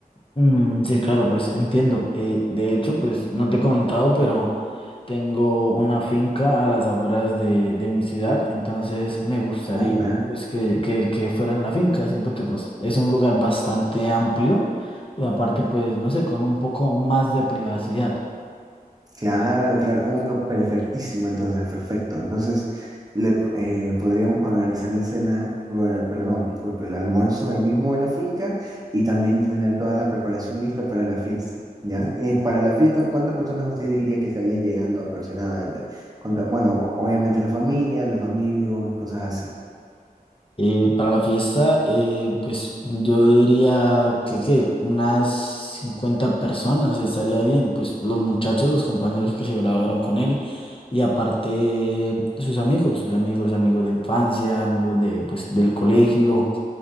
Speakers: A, on the left (about 35°); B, on the right (about 25°).
A: Mm, sí, claro, pues entiendo. Eh, de hecho, pues no te he comentado, pero tengo una finca a las afueras de, de mi ciudad, entonces me gustaría
B: Ah, ya.
A: pues, que, que, que fuera en la finca. Siento que pues es un lugar bastante amplio y aparte pues no sé, con un poco más de privacidad.
B: Claro, claro, uno perfectísimo, entonces, perfecto. Entonces, le, eh, podríamos organizar la cena, bueno, perdón, disculpe, el almuerzo ahí mismo en la finca y también tener toda la preparación lista para la fiesta, ¿ya? Y para la fiesta, ¿cuántas personas usted diría que estarían llegando aproximadamente? Conta- bueno, obviamente la familia, los amigos y cosas así.
A: Eh, para la fiesta, eh, pues yo diría que, ¿qué? unas 50 personas estaría bien, pues los muchachos, los compañeros que se graduaron con él y aparte eh, sus amigos, sus amigos, amigos de infancia, amigos de, pues, del colegio,